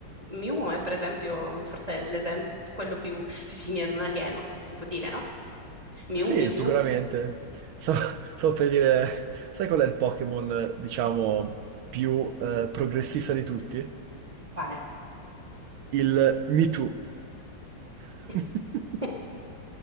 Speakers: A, on the right; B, on the right.
A: Mew è per esempio forse l'esempio, quello più, più simile ad un alieno, si può dire, no? Mew,
B: Sì,
A: Mewtwo,
B: sicuramente. Stavo, <laughs> stavo per dire, sai qual è il Pokémon, eh, diciamo, più eh, progressista di tutti?
A: quale?
B: Il Me Too. <laughs>
A: <laughs>